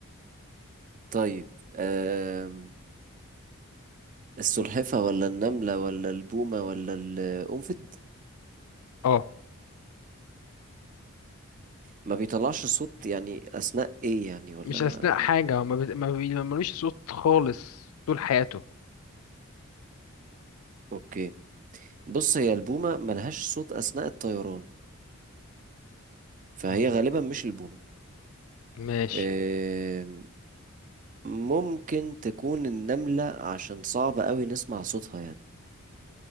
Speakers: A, on the right; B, on the left.
A: طيب آم. السلحفة ولا النملة ولا البومة ولا القنفد
B: اه
A: ما بيطلعش صوت يعني أثناء إيه يعني ولا
B: مش
A: ما
B: اثناء
A: ما-
B: حاجه ما بت... ما بي- ما ملوش صوت خالص طول حياته
A: أوكي بص هي البومة ملهاش صوت أثناء الطيران فهي
B: مم.
A: غالبا مش البومة
B: ماشي
A: آم، ممكن تكون النملة عشان صعب قوي نسمع صوتها يعني